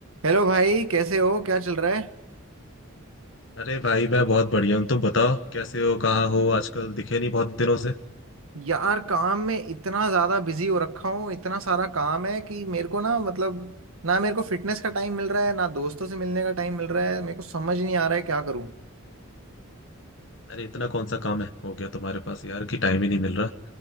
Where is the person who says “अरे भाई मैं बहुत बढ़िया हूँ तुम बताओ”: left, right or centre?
Left